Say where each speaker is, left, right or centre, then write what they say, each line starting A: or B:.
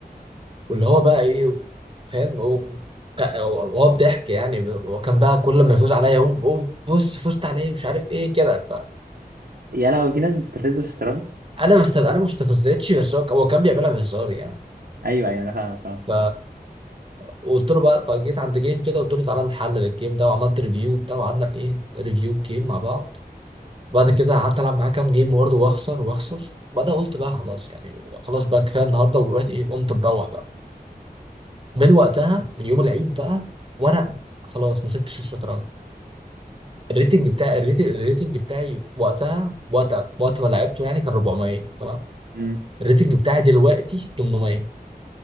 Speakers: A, on the right; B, on the right.
A: واللي هو بقى ايه فاهم هو هو بضحك يعني وكان بقى كل ما يفوز عليا يقوم يقوم بص فزت عليه مش عارف ايه كده
B: يا لهوي في ناس بتستفز في الشطرنج
A: فانا ما است- انا ما استفزتش بس هو هو كان بيعملها بهزار يعني
B: ايوه ايوه انا فاهمك فاهم
A: ف قلت له بقى فجيت عند جيم كده قلت له تعالى نحلل الجيم ده وعملت ريفيو بتاعه وقعدنا ايه ريفيو الجيم مع بعض وبعد كده قعدت العب معاه كام جيم برضه واخسر واخسر وبعدها قلت بقى خلاص يعني خلاص بقى كفايه النهارده ورحت ايه قمت مروح بقى من وقتها من يوم العيد بقى وانا خلاص ما سبتش الشطرنج الريتنج بتاعي الريتنج, الريتنج بتاعي وقتها وقت وقت ما لعبته يعني كان 400 تمام
B: امم
A: الريتنج بتاعي دلوقتي 800